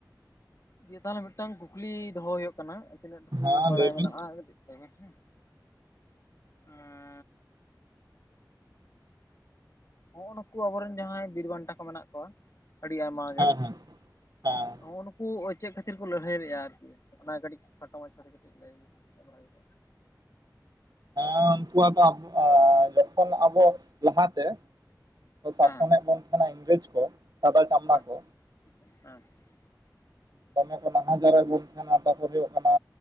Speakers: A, on the left; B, on the right.
A: ᱤᱭᱟ ᱛᱟᱦᱚᱞᱮ ᱢᱤᱫᱴᱟᱝ ᱠᱩᱠᱞᱤ ᱫᱚᱦᱚ ᱦᱩᱭᱩᱜ ᱠᱟᱱᱟ ᱛᱤᱱᱟᱹᱜ ᱴᱩᱠᱩ
B: ᱦᱮᱸ
A: ᱵᱟᱲᱟᱭ
B: ᱞᱟᱹᱭ ᱵᱤᱱ
A: ᱢᱮᱱᱟᱜᱼᱟ ᱠᱟᱹᱴᱤᱡ ᱞᱟᱹᱭ ᱵᱤᱱ ᱦᱮᱸ <inaudible> ᱦᱚᱸᱜᱼᱚ ᱱᱩᱠᱩ ᱟᱵᱚᱨᱮᱱ ᱡᱟᱦᱟᱸᱭ ᱵᱤᱨ ᱵᱟᱱᱴᱟ ᱠᱚ ᱢᱮᱱᱟᱜ ᱠᱚᱣᱟ ᱟᱹᱰᱤ ᱟᱭᱢᱟ ᱜᱮ
B: ᱦᱮᱸ ᱦᱮᱸ
A: <inaudible>
B: ᱦᱮᱸ
A: ᱱᱩᱜᱼ ᱱᱩᱠᱩ ᱪᱮᱫ ᱠᱷᱟᱹᱛᱤᱨ ᱠᱚ ᱞᱟᱹᱲᱦᱟᱹᱭ ᱞᱮᱫᱼᱟ ᱟᱨᱠᱤ ᱚᱱᱟ ᱠᱟᱹᱴᱤᱡ ᱠᱷᱟᱴᱚ ᱢᱟᱪᱷᱟᱛᱮ ᱠᱟᱹᱴᱤᱡ ᱞᱟᱹᱭ, ᱵᱟᱲᱟᱭ ᱦᱳᱭ ᱠᱚᱜᱼᱟ ᱾
B: ᱦᱮᱸ ᱩᱱᱠᱩᱣᱟᱜ ᱫᱚ ᱡᱚᱠᱷᱚᱱ ᱟᱵᱚ ᱞᱟᱦᱟᱛᱮ ᱠᱚ ᱥᱟᱥᱚᱱᱮᱫ
A: ᱦᱮᱸ
B: ᱵᱚᱱ ᱛᱟᱦᱮᱱᱟ ᱤᱝᱨᱮᱡᱽ ᱠᱚ ᱥᱟᱫᱟ ᱪᱟᱢᱲᱟ
A: ᱦᱮᱸ
B: ᱠᱚ᱾
A: <unintelligible>
B: ᱫᱚᱢᱮ ᱠᱚ ᱱᱟᱦᱟᱪᱟᱨ ᱨᱮ ᱵᱚᱱ ᱛᱟᱦᱮᱱᱟ ᱛᱟᱨᱯᱚᱨ ᱦᱩᱭᱩᱜ ᱠᱟᱱᱟ